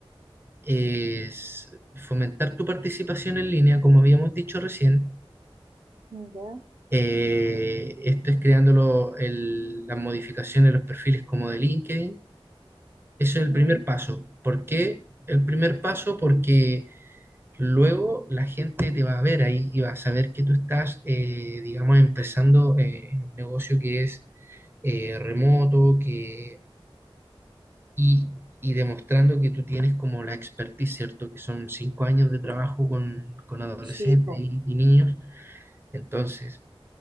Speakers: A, on the right (about 25°); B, on the right (about 50°).
A: es fomentar tu participación en línea, como habíamos dicho recién.
B: Ya.
A: Eh, esto es creando lo- el- las modificaciones, los perfiles como de LinkedIn. Eso es el
B: Mm,
A: primer paso. ¿Por qué el primer paso? Porque luego la gente te va a ver ahí y va a saber que tú estás, eh, digamos, empezando eh, en un negocio que es eh, remoto, que y, y demostrando que tú tienes como la expertise, ¿cierto? Que son cinco años de trabajo con, con adolescentes
B: sí, po.
A: y, y niños. Entonces,